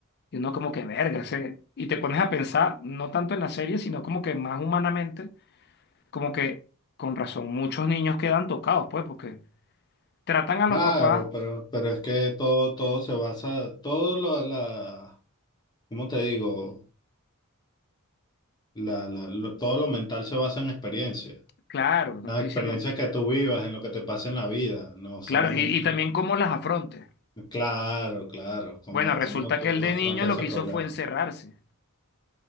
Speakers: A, on the left; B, on the left.
A: Y uno como que verga, se- y te pones a pensar, no tanto en la serie, sino como que más humanamente, como que con razón, muchos niños quedan tocados, pues, porque tratan a
B: Claro,
A: los papás,
B: pero, pero es que todo, todo se basa, todo lo, la, ¿cómo te digo? La, la- lo- todo lo mental se basa en experiencias.
A: claro,
B: Las
A: no estoy
B: experiencias
A: diciendo,
B: que tú vivas, en lo que te pasa en la vida, no solamente...
A: claro, y, y también cómo las afronte.
B: Claro, claro, ¿cómo,
A: Bueno, resulta
B: cómo tú
A: que el de
B: afrontas
A: niño lo
B: ese
A: que hizo
B: problema?
A: fue encerrarse